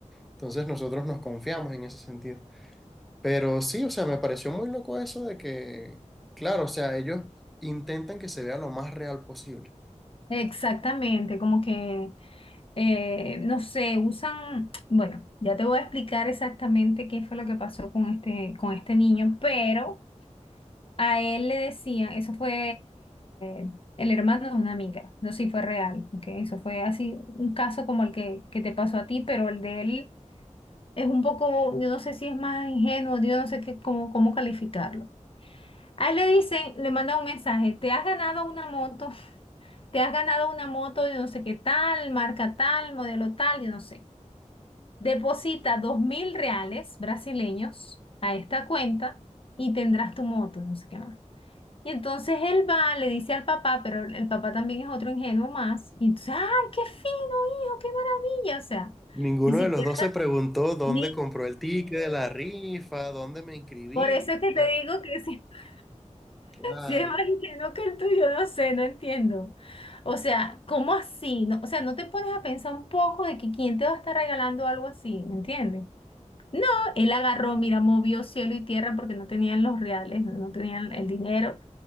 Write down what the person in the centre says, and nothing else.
Entonces nosotros nos confiamos en ese sentido. Pero sí, o sea, me pareció muy loco eso de que, claro, o sea, ellos intentan que se vea lo más real posible.
Ninguno
de los dos se preguntó dónde
compró el ticket de la rifa, dónde me inscribí.
O sea,
Claro.